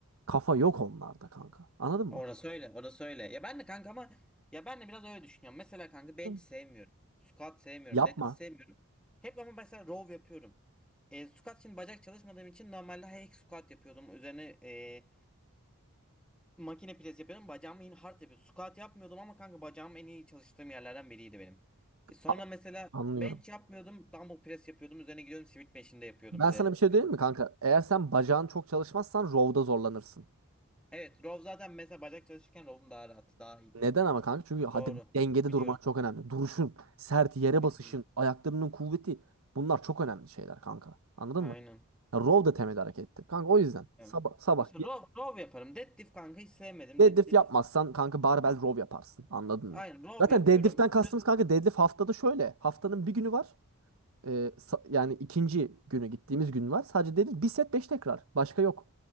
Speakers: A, on the right; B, in the centre.
A: kafa yok onlarda kanka. Anladın mı?
B: orası öyle, orası öyle. Ya ben de kanka ama ya ben de biraz öyle düşünüyorum. Mesela kanka bench
A: Hı.
B: sevmiyorum. Squat sevmiyorum,
A: Yapma.
B: deadlift sevmiyorum. Hep ama mesela row yapıyorum. E, squat için bacak çalışmadığım için normalde hack squat yapıyordum. Üzerine e, makine pres yapıyordum. Bacağımı yine hard yapıyordum. Squat yapmıyordum ama kanka bacağım en iyi çalıştığım yerlerden biriydi benim. E, sonra
A: A-
B: mesela
A: Anlıyorum.
B: bench yapmıyordum. Dumbbell press yapıyordum. Üzerine gidiyordum Smith machine'de yapıyordum
A: Ben
B: bir
A: sana
B: de.
A: bir şey diyeyim mi kanka? Eğer sen bacağın çok çalışmazsan rowda zorlanırsın.
B: Evet row zaten mesela bacak çalışırken row'un daha rahat. Daha iyiydi.
A: Neden ama kanka? Çünkü hadi
B: Doğru.
A: dengede
B: Biliyorum.
A: durman çok önemli. Duruşun, sert yere
B: Biliyorum.
A: basışın, ayaklarının kuvveti bunlar çok önemli şeyler kanka. Anladın
B: Aynen.
A: mı? Ya row da temel harekettir. Kanka o yüzden
B: Evet.
A: sabah sabah
B: Mesela
A: ye-
B: row, row yaparım. Deadlift kanka hiç sevmedim.
A: deadlift
B: Deadlift.
A: yapmazsan kanka barbell row yaparsın. Anladın
B: Aynen
A: mı?
B: row
A: Zaten
B: yapıyorum.
A: deadlift'ten kastımız
B: Sırt
A: kanka deadlift haftada şöyle. Haftanın bir günü var. Ee, sa- yani ikinci günü gittiğimiz gün var. Sadece deadlift bir set 5 tekrar. Başka yok.